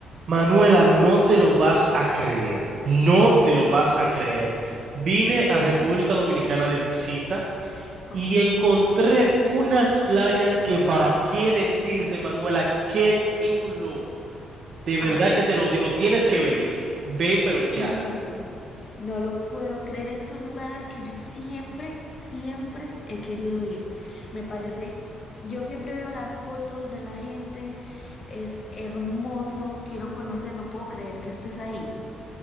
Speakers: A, on the right (about 50°); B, on the left (about 35°).
A: Manuela, no te lo vas a creer, no te lo vas a creer. Vine a República Dominicana de visita
B: Ay,
A: y encontré unas playas que para qué decirte, Manuela, qué chulo. De verdad
B: ah,
A: que te lo digo, tienes que venir. Ven, pero ya.
B: no, no lo puedo creer. Ese es un lugar al que yo siempre, siempre he querido ir. Me parece, yo siempre veo las fotos de la gente, es hermoso, quiero conocer, no puedo creer que estés ahí.